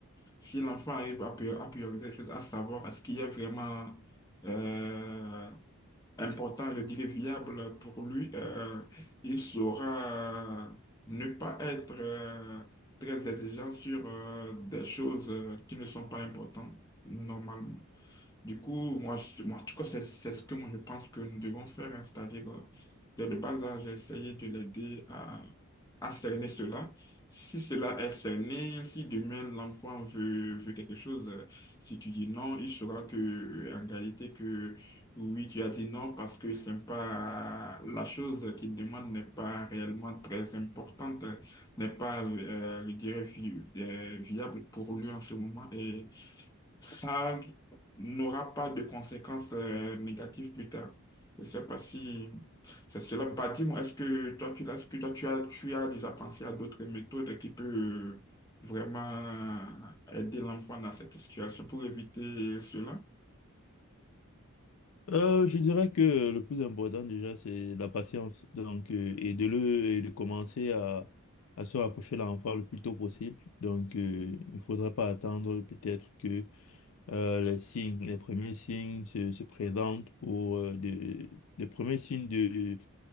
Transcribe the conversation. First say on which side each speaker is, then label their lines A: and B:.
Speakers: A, on the left; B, on the left.
A: Si l'enfant arrive à, prior- à prioriser les choses, à savoir ce qui est vraiment euh, important, je dirais viable pour lui, euh, il saura ne pas être euh, très exigeant sur euh, des choses euh, qui ne sont pas importantes normalement. Du coup, moi, je- moi en tout cas, c'est c'est ce que moi, je pense que nous devons faire, hein. c'est-à-dire, euh, dès le bas âge, essayer de l'aider à, à cerner cela. Si cela est cerné, si demain l'enfant veut, veut quelque chose, euh, si tu dis non, il saura que, euh, en réalité, que oui, tu as dit non parce que c'est pas la chose qu'il demande n'est pas réellement très importante, n'est pas, euh, je dirais, vi- euh, viable pour lui en ce moment. Et ça n'aura pas de conséquences euh, négatives plus tard. Je ne sais pas si c'est cela. Bah, dis-moi, est-ce que toi, tu, l'as- est-ce que toi, tu as, tu as déjà pensé à d'autres méthodes qui peuvent euh, vraiment aider l'enfant dans cette situation pour éviter cela?
B: Euh, je dirais que le plus important déjà, c'est la patience. Donc, euh, et de le et de commencer à, à se rapprocher de l'enfant le plus tôt possible. Donc, euh, il ne faudrait pas attendre peut-être que euh, les signes, les premiers signes se, se présentent pour euh, de- les premiers signes de,